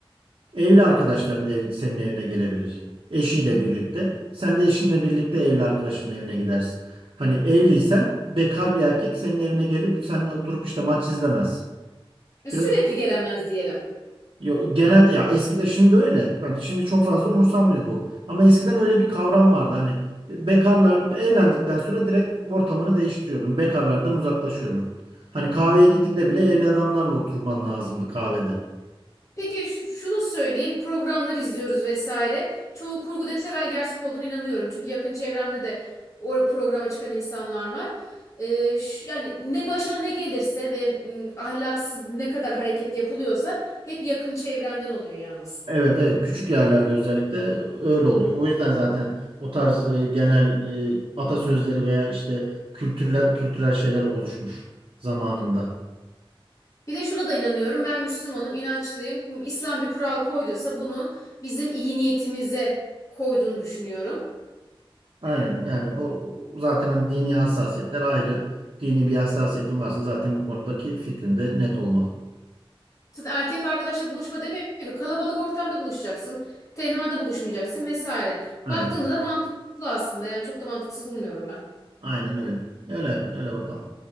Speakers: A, on the right; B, on the left.
A: Evli arkadaşların ev, senin evine gelebilir. Eşiyle birlikte. Sen de eşinle birlikte evli arkadaşının evine gidersin. Hani evliysen bekar bir erkek senin evine gelip seninle oturup işte maç izlemez.
B: Ya
A: Biraz
B: sürekli gelemez diyelim.
A: Yo, genelde ya eskiden şimdi öyle. Hani şimdi çok fazla umursanmıyor bu. Ama eskiden öyle bir kavram vardı. Hani bekarlar evlendikten sonra direkt ortamını değiştiriyordun. Bekarlardan uzaklaşıyordun. Hani kahveye gittiğinde bile evli adamlarla oturman lazımdı kahvede.
B: Peki ş- şunu söyleyeyim. Programlar izliyoruz vesaire. Çoğu kurgu dese ben gerçek olduğuna inanıyorum. Çünkü yakın çevremde de o programa çıkan insanlar var. Ee, şu- yani ne başına ne gelirse ve mm, ahlaksız ne kadar hareket yapılıyorsa hep yakın çevrenden oluyor yalnız.
A: Evet evet küçük yerlerde özellikle öyle oluyor. O yüzden zaten o tarz e, genel e, atasözleri veya işte kültürler kültürel şeyler oluşmuş zamanında.
B: Bir de şuna da inanıyorum. Ben Müslümanım, inançlıyım. İslam bir kural koyduysa bunu bizim iyi niyetimize koyduğunu düşünüyorum.
A: Aynen yani o zaten hani dini hassasiyetler ayrı. Dini bir hassasiyetin varsa zaten bu konudaki fikrin de net olmalı.
B: Zaten erkek arkadaşla buluşma demiyor ki kalabalık ortamda buluşacaksın. Tenhada buluşmayacaksın vesaire.
A: Aynen.
B: Baktığında da mantıklı aslında. Yani çok da mantıksız bulmuyorum ben.
A: Aynen öyle. Öyle öyle bakalım.